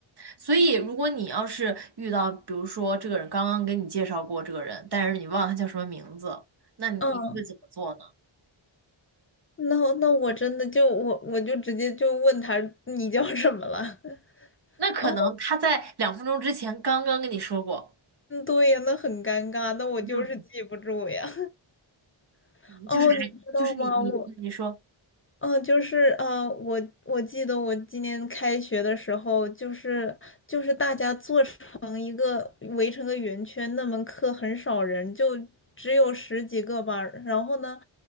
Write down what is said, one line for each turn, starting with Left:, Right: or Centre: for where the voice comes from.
Right: 所以，如果你要是遇到，比如说这个人刚刚给你介绍过这个人，但是你忘了他叫什么名字，那你你会怎么做呢？
Left: 嗯那那我真的就我我就直接就问他你叫什么了？<laughs>
Right: 那可能他在两分钟之前刚刚跟你说过，
Left: 哦，嗯对呀，那很尴尬，那我就是记不住呀。
Right: 就
Left: <laughs> 哦，
Right: 就是还就是你你你说
Left: 你知道吗？我嗯，就是呃，我我记得我今年开学的时候，就是就是大家做成一个围成个圆圈，那门课很少人，就只有十几个班。然后呢，